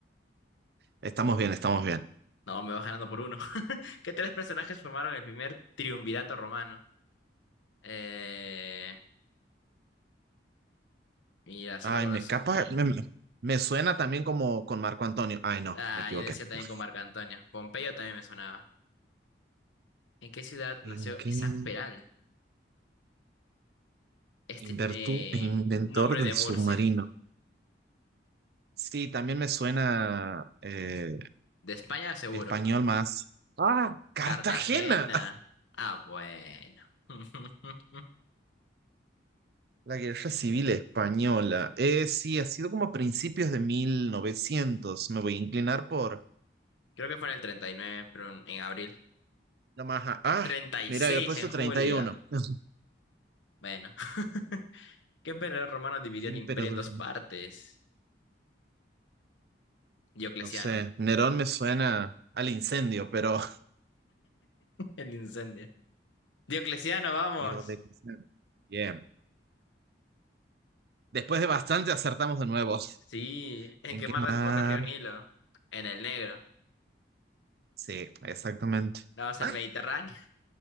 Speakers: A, on the right; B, on the left.
A: Estamos bien, estamos bien.
B: No, me vas ganando por uno. <laughs> ¿Qué tres personajes formaron el primer triunvirato romano? Eh, mira, solo
A: Ay,
B: conozco.
A: me capa. Me, me- me suena también como con Marco Antonio. Ay, no,
B: Ah,
A: me equivoqué.
B: yo decía también
A: No.
B: con Marco Antonio. Pompeyo también me sonaba. ¿En qué ciudad
A: ¿En
B: nació
A: qué?
B: Isaac Peral? Este
A: Invertu-
B: tiene
A: inventor
B: nombre de
A: del
B: Murcia.
A: submarino. Sí, también me suena eh,
B: De España, seguro.
A: español más. Ah, Cartagena.
B: Cartagena. Ah, bueno. <laughs>
A: La guerra civil española. Eh, sí, ha sido como a principios de 1900. Me voy a inclinar por
B: Creo que fue en el 39 pero en, en abril.
A: la maja. Ah,
B: treinta y
A: mira,
B: seis
A: había puesto
B: en julio.
A: 31. <laughs>
B: Bueno. <laughs> ¿Qué emperador romano dividió
A: ¿Qué
B: el
A: emperador?
B: imperio en dos partes? Diocleciano.
A: No sé. Nerón me suena al incendio, pero...
B: El incendio. Diocleciano,
A: <laughs>
B: vamos.
A: Dios de... incendio. Bien. Después de bastante acertamos de nuevo.
B: Sí. ¿En
A: ¿En
B: qué
A: qué
B: mar
A: mar?
B: desemboca el río Nilo? En el Negro.
A: Sí, exactamente.
B: Vamos
A: Ay,
B: al Mediterráneo.